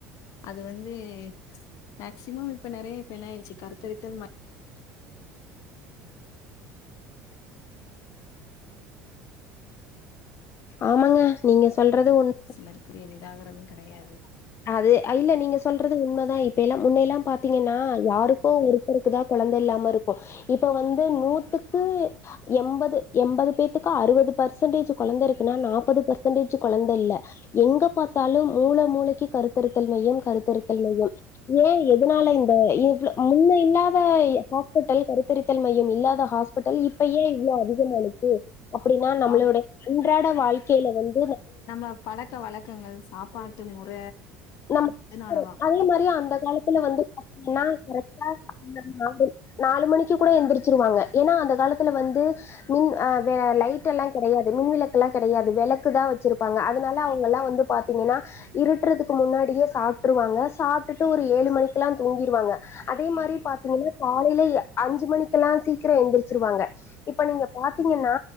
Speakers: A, on the left; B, on the left.
A: அது வந்து மேக்சிமம் இப்ப நெறைய இப்ப என்ன ஆய்ருச்சு கருத்தரித்தல் மை
B: ஆமாங்க நீங்க சொல்றது உண்
A: <unintelligible> எளிதாகறது கெடையாது
B: அது இல்ல நீங்க சொல்றது உண்மைதா இப்பல்லா முன்னயெல்லா பாத்தீங்கன்னா யாருக்கோ ஒரு ஒருத்தருக்குதா கொழந்த இல்லாமருக்கு இப்ப வந்து நூத்துக்கு எம்பது எம்பது பேத்துக்கு அறுவது பெர்சன்டேஜ் கொழந்தருக்குன்னா நாப்பது பெர்சன்டேஜ் கொழந்த இல்ல எங்க பாத்தாலும் மூல மூலைக்கு கருத்தருத்தல் மையம் கருத்தருத்தல் மையம் ஏ எதுனால இந்த இவ்ளோ முன்ன இல்லாத ஹாஸ்பிட்டல் கருத்தரித்தல் மையம் இல்லாத ஹாஸ் பிடல் இப்ப ஏ இவ்ளோ அதிகமானுச்சு அப்டின்னா நம்மளோட
A: ஆம்
B: அன்றாட வாழ்க்கையில வந்து
A: நம்ம பழக்க வழக்கங்கள் சாப்பாட்டு முற
B: நம்
A: இதனாலதா
B: <unintelligible> அதே மாரி அந்த காலத்துல வந்து பாத்தீங்கன்னா ரெட்ட <unintelligible> நாலு மணிக்கு கூட எந்துருச்ருவாங்க ஏன்னா அந்த காலத்துல வந்து மின் அ வ லைட் எல்லா கெடையாது மின் விளக்குல்லா கெடையாது வெளக்கு தா வச்ருப்பாங்க அதனால அவங்கல்லா வந்து பாத் பாத்திங்கன்னா இருட்றதுக்கு முன்னாடியே சாப்ட்டுருவாங்க சாப்ட்டுட்டு ஒரு ஏழு மணிக்கு எல்லா தூங்கிடுவாங்க அதே மாரி பாத்தீங்கன்னா காலையில அஞ்சு மணிக்க எல்லா சீக்கிரம் எந்திரிச்சிருவாங்க இப்ப நீங்க பாத்தீங்கன்னா